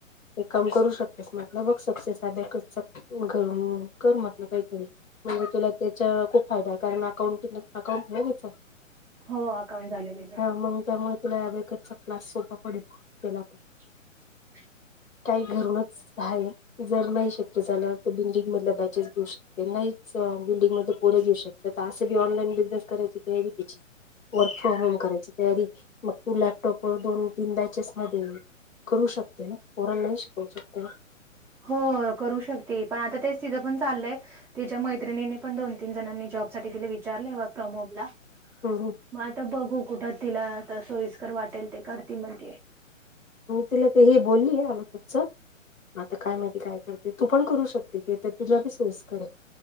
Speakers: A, on the left; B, in the centre.
A: एक काम करू शक शकतेस म्हटलं बघ सक्सेस अबॅकस क अ कर म्हटलं कायतरी म्हणजे तुला त्याचा खूप फायदा हाय कारण अकाउंटिंग अकाउंट हाय तिचा
B: हो अकाउंट झालंय तिज
A: मग त्यामुळे तुला वगचा क्लास सोपा पडेल त्याला
B: <inaudible>
A: काही घरूनच आहे जर नाही शक्य झालं तर बिल्डिंग मधल्या बॅचेस घेऊ शकते नाहीच बिल्डिंग मधले पोरे घेऊ शकत तर असेीऑलाईन बिजनेस कयची ते कची वर्क फ्रॉम होम करायची तयारी मग तू लॅपटॉप व दोन तीन बॅचेस मध्ये करू शकते ना पोरण नाही शिकवू शकते ना
B: हो करू शकते पण आता तेच तिथं पण चाललंय त्याच्या मैत्रिणीने पण दोन तीन जणांनी जॉब साठी तिला विचारले फ्रॉम होम ला
A: हो हो
B: मग आता बघू कुठं तिला आता सोयीस्कर वाटेल ते कर त म्हणज
A: तिला तर हे बोलली आ खचच आता काय माहिती काय करते तू पण करू शकते ते तर तुझला बी सोयस् करे